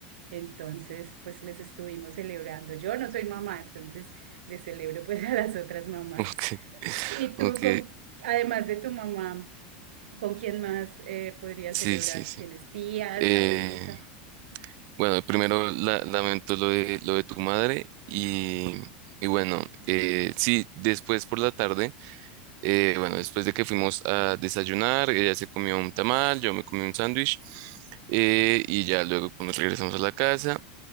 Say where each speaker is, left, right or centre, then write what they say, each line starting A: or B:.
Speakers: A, on the right (about 85°); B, on the right (about 50°).
A: Entonces pues les estuvimos celebrando. Yo no soy mamá, entonces les celebro pues <laughs> a las otras mamás.
B: <laughs> Ok,
A: ¿Y tú
B: ok,
A: con, además de tu mamá, con quién más eh, podrías
B: sí,
A: celebrar?
B: sí, sí.
A: ¿Tienes tías,
B: Eh,
A: abuelita
B: bueno, primero la- lamento lo de, lo de tu madre y, y bueno, eh, sí, después por la tarde, eh, bueno, después de que fuimos a desayunar, ella se comió un tamal, yo me comí un sándwich eh, y ya luego nos regresamos a la casa